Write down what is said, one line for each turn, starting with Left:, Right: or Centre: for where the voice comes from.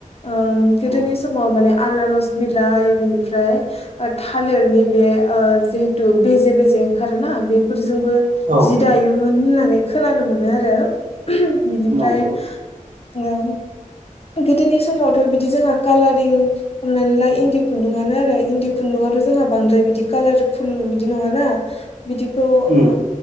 Left: ओ गोदोनि
Right: औ
Left: समाव माने आना स बिलाइ बिनिफ्राय ओ थालिरनि बे ओ जिहेथु बेेजे बेेजे ओंखा रो ना बेफोरजोंबो
Right: औ
Left: जि दायोमोन होननानै खोनानो मोनो आरो बिनि
Right: नंगौ
Left: फ्राय ओ गोदोनि समावथ' बिदि जोंहा कालारिं हमनानै ला इन्दि खुन्दुङानो आरो इन्दि खुन्दुं थ' जोंहा बांद्राय बिदि कालारफुल बिदि नङा ना बिदिखौ
Right: उम
Left: ओ